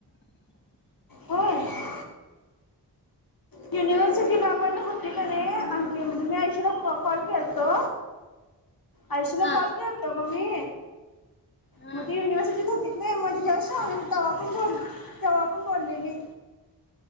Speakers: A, on the left; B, on the left.
A: हो. युनिव्हर्सिटीला
B: काय?
A: आपण होती का नाही अंकी म्हणजे मी आयेशी कॉल केतो. ऐशली
B: हा
A: कॉल केतो ग मी
B: हा
A: मग त युनिव्हर्सिटीत होती. नाही मध्ये ज्यास् सग तेव्हा पण बोल तेव्हा पण बोललेली.